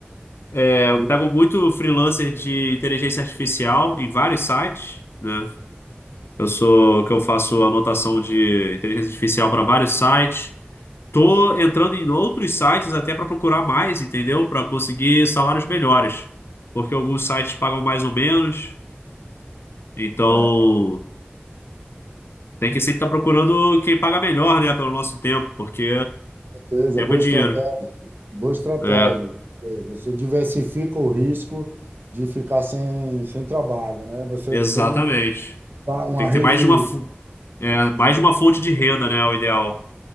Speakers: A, on the left; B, on the right.
A: É,
B: E,
A: eu pego muito freelancer de inteligência artificial em vários sites, né? Eu sou que eu faço anotação de inteligência artificial para vários sites. Tô entrando em outros sites até para procurar mais, entendeu? Para conseguir salários melhores, porque alguns sites pagam mais ou menos. Então
B: é,
A: tem que sempre estar procurando quem paga melhor, né? Pelo nosso tempo, porque
B: Beleza,
A: tempo
B: boa
A: é dinheiro.
B: estratégia, boa estratégia.
A: É,
B: É, Você diversifica o risco de ficar sem, sem trabalho, né? Você
A: exatamente.
B: tem uma
A: Tem que
B: rede,
A: ter mais de uma, fu- é, mais de uma fonte de renda, né? É O ideal.